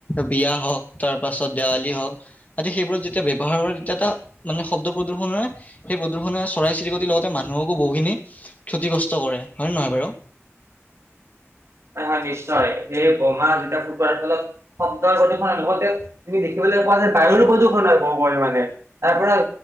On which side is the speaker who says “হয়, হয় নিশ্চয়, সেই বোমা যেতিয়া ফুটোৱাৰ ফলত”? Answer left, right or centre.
Right